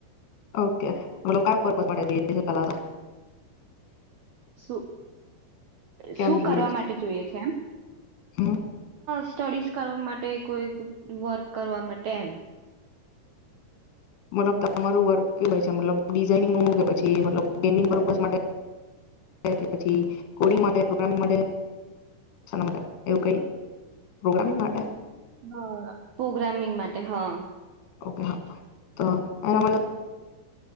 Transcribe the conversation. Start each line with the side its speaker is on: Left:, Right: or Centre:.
Left: ઓકે <inaudible>
Right: શું?
Left: કેમ
Right: શું
Left: જોઈએ
Right: કરવા
Left: છે
Right: માટે જોઈએ છે એમ?
Left: હમ
Right: સ્ટડીઝ કરવા માટે, કોઈ વર્ક કરવા માટે એમ
Left: મતલબ <unintelligible> હોય છે મતલબ ડિઝાઇન નું કે પછી મતલબ ગેમિંગ પરર્પોઝ કે પાછી કોડી માટે <unintelligible> માટે શના માટે એવું કય પ્રોગ્રામિંગ માટે
Right: હા પ્રોગ્રામિંગ માટે હા.
Left: ઓકે હા એના માટે